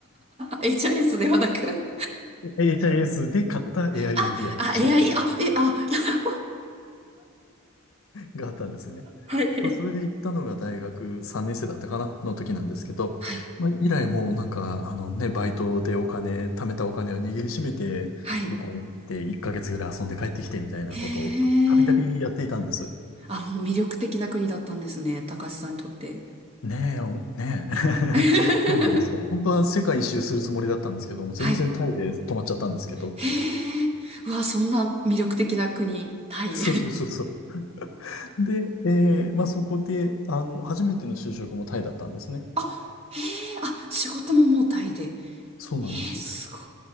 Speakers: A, on the right; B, on the left.
A: HIS ではなく
B: HIS <laughs> で買った AI
A: あ、
B: イインディアのチケット。
A: あ、AI、あ、え、あ、<laughs>
B: があったんですね。
A: はい。
B: まあ、それで行ったのが大学3年生だったかなの時なんですけど、
A: はい。
B: まあ、以来もうなんか、あのね、バイトでお金、貯めたお金を握りしめて、
A: はい。
B: 向こう行って1ヶ月ぐらい遊んで帰ってきてみたいなことをたびたびやっていたんです。
A: へえ。あ、もう魅力的な国だったんですね。高橋さんにとって。
B: ねえ、おねえ。<laughs>
A: <laughs>
B: そうなんですよ。本当は世界一周するつもりだったんですけども、全然タイで止まっちゃったんですけど。
A: はい。へえ。うわ、そんな魅力的な国、タイ。
B: <laughs> そうそうそうそう。で、えーまあそこで、あの、初めての就職もタイだったんですね。
A: <laughs> あ、へえ。あ、仕事ももうタイで。
B: そうなんです。
A: へえ、すごい。